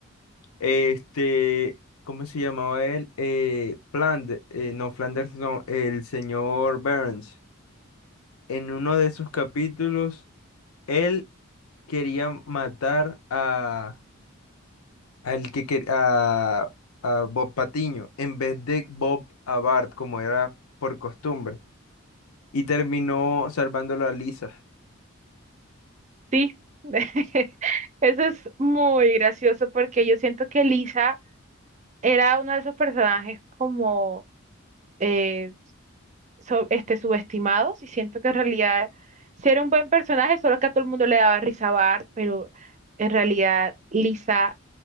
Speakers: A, on the left; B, on the right.
A: este, ¿cómo se llamaba él? Eh, Flanders, no Flanders, no, el señor Burns. En uno de esos capítulos, él quería matar a, al que quer- a, a Bob Patiño en vez de Bob a Bart, como era por costumbre, y terminó salvándolo a Lisa.
B: Sí, <laughs> eso es muy gracioso porque yo siento que Lisa era uno de esos personajes como eh, so- este, subestimados y siento que en realidad sí era un buen personaje, solo que a todo el mundo le daba risa a Bart, pero en realidad Lisa,